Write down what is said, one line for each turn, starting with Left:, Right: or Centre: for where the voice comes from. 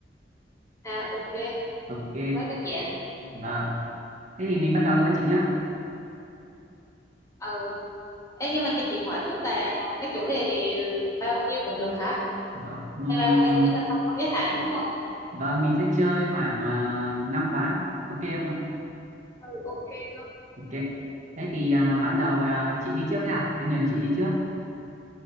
Left: À, ok,
Right: ok
Left: mới đơn giản.
Right: vâng thế thì mình bắt đầu luôn chị nhé
Left: Ừ. Ê, nhưng mà cho chị hỏi trước là cái chủ đề thì bao nhiêu cũng được hả?
Right: vâng Ừm,
Left: Hay bao hay ý là không không giới hạn đúng không?
Right: vâng, mình sẽ chơi khoảng uh, 5 ván ok không ạ
Left: ừ, ok luôn.
Right: ok thế thì à, ván đầu à, chị đi trước nha em nhường chị đi trước